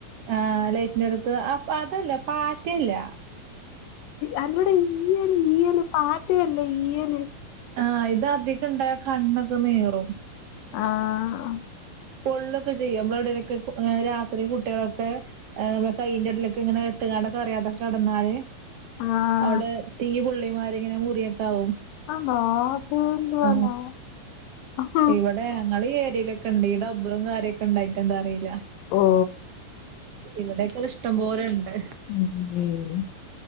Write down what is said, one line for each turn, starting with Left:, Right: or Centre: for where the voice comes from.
Right: ആഹ് ലൈറ്റിന്റെ അടുത്ത് ആഹ് അതല്ല പാറ്റല്ല.
Left: അല്ലടെ ഈയല് ഈയല് പാറ്റയല്ലേ ഈയല്.
Right: ആഹ് ഇത് അധികം ഇണ്ടാൽ കണ്ണയൊക്കെ നീറും.
Left: ആഹ്
Right: പൊള്ളൊക്കെ ചെയ്യും, നമ്മടിലൊക്കെ അങ്ങനെ രാത്രി കുട്ടികളൊക്കെ. ഏഹ് നമ്മള് കയ്യിന്റെ ഇടയിലൊക്കെ ഇങ്ങനെ ഇട്ട് നടക്കാൻ അറിയാതെ കിടന്നാല്.
Left: ആഹ്
Right: അവിടെ തീ പൊള്ളിമാരി ഇങ്ങനെ മുറിയൊക്കെ ആവും.
Left: ആണോ സിംഗിൾ
Right: ആ,
Left: ആണോ ആഹ്?
Right: ഇവിടെ ഞങ്ങള് ഏരിയായിലൊക്ക ഉണ്ട് ഈ ഡബറും കാര്യങ്ങളൊക്കെ ഉണ്ടായിട്ട് എന്താ അറിയില്ല.
Left: ഓ
Right: ഇവിടെ ഒക്കെ അത് ഇഷ്ടം പോലെ ഉണ്ട്.
Left: ഉം ഉം ഉം